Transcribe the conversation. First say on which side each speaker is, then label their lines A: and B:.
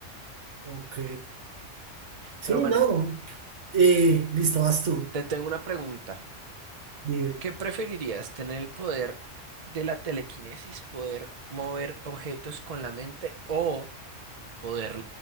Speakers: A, on the right (about 70°); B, on the right (about 35°).
A: ok. Sí,
B: Pero bueno,
A: no. Eh, listo, vas tú.
B: te tengo una pregunta.
A: Dime.
B: ¿Qué preferirías, tener el poder de la telequinesis, poder mover objetos con la mente o... poder